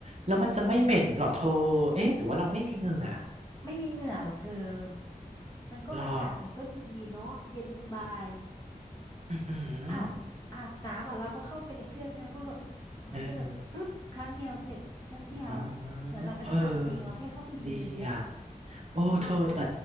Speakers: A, on the right; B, on the left.
A: แล้วมันจะไม่เหม็นเหรอเธอเอ๊ะหรือว่าเราไม่มีเหงื่อ
B: ไม่มีเหงื่อหรอกเธอมันก็อากาศมันก็ดีเนาะเย็นสบาย
A: หรออือหือ
B: อาบอาบน้ำอ่ะเราก็เข้าไปในเครื่องใช่ไหมก็แบบ
A: เออ
B: มันก็จะฟรึบครั้งเดียวเสร็จแป๊บเดียว
A: อ๋อ
B: เหมือนเราไม่ต้องอาบเองเราแค่เข้าไปยืนเนี้ย
A: เออดีอ่ะ โอ้เธอแต่
B: อาบ